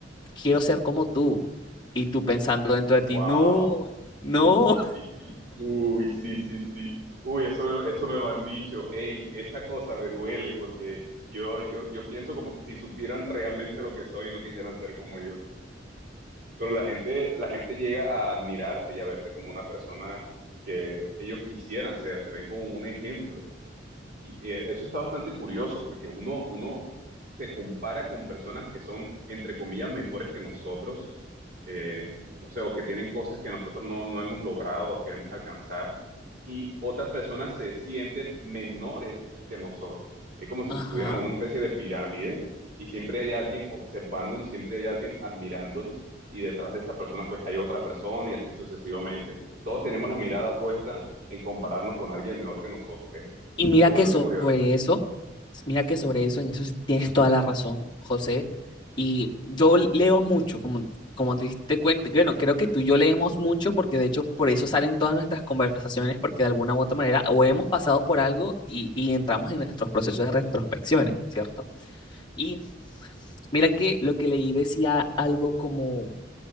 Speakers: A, on the left; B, on the right.
A: quiero ser como tú y tú pensando dentro de ti,
B: Wow.
A: no, no,
B: Sí, sí, sí, sí. Uy, sí, sí, sí. Uy, eso me lo, eso me lo han dicho. Ey, esa cosa me duele porque yo, yo, yo pienso como que si supieran realmente lo que soy, no quisieran ser como yo. pero la gente, la gente llega a admirarte y a verte como una persona que ellos quisieran ser, te ven como un ejemplo. Y eh, eso está bastante curioso porque uno, uno se compara con personas que son, entre comillas, mejores que nosotros, eh, no sé, o que tienen cosas que nosotros no, no hemos logrado o queremos alcanzar, y otras personas se sienten menores que nosotros. Es como si
A: ajá.
B: estuviéramos en una especie de pirámide y siempre hay alguien observándonos, siempre hay alguien admirándonos, y detrás de esa persona pues hay otra persona y así sucesivamente. Todos tenemos la mirada puesta en compararnos con alguien mejor que nosotros. ¿eh?
A: Y mira
B: Es bastante
A: que sobre
B: curioso.
A: eso, mira que sobre eso, en eso sí tienes toda la razón, José. Y yo leo mucho, como, como te diste cuenta, bueno, creo que tú y yo leemos mucho porque de hecho por eso salen todas nuestras conversaciones, porque de alguna u otra manera o hemos pasado por algo y, y entramos en nuestros procesos de retrospecciones, ¿cierto? Y mira que lo que leí decía algo como